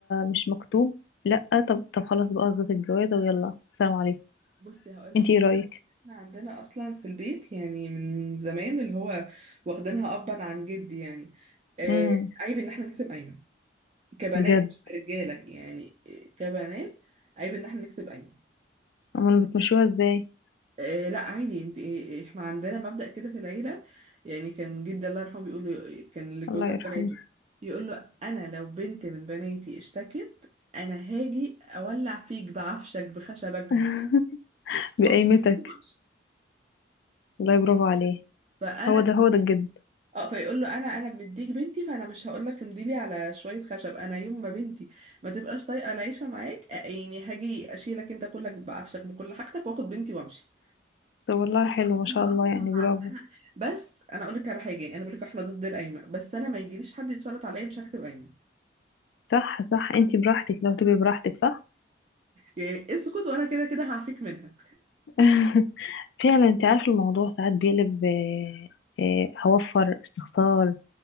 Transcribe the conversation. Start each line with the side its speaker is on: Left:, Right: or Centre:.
Left: مش مكتوب لا طب طب خلاص بقى قصة الجوازة ويلا سلام عليكم
Right: بصي هقولك
Left: انت ايه رأيك
Right: احنا عندنا اصلا في البيت يعني من زمان اللي هو واخدينها ابا عن جدي يعني آه
Left: امم
Right: عيب ان احنا نكتب ايمن كبنات
Left: بجد
Right: مش كرجاله يعني آه، كبنات عيب ان احنا نكتب ايمن
Left: امال بتمشوها ازاي
Right: آه لا عادي انت آه، آه، احنا عندنا مبدأ كده في العيله يعني كان جدي الله يرحمه بيقول له- كان لجوزات
Left: الله يرحمه
Right: بناته يقول له انا لو بنت من بناتي اشتكت انا هاجي اولع فيك بعفشك بخشبك
Left: <laughs> بقيمتك
Right: واخد بنتي وامشي
Left: والله برافو عليه
Right: فانا
Left: هو ده هو ده الجد
Right: اه فيقول له انا انا مديك بنتي فانا مش هقول لك امضيلي على شويه خشب انا يوم ما بنتي ما تبقاش طايقه العيشه معاك آه، يعني هاجي اشيلك انت كلك بعفشك بكل حاجتك واخد بنتي وامشي
Left: طب والله حلو
Right: احنا
Left: ما شاء الله
Right: اصلا
Left: يعني
Right: عندنا
Left: برافو
Right: بس انا اقول لك على حاجه يعني انا بقول لك احنا ضد القايمه بس انا ما يجيليش حد يتشرط عليا مش هكتب قايمه
Left: صح صح انت براحتك لو تبقي براحتك صح
Right: يعني اسكت وانا كده كده هعفيك منها
Left: <laughs> فعلا انت عارف الموضوع ساعات بيقلب آه، آه، هوفر استخسار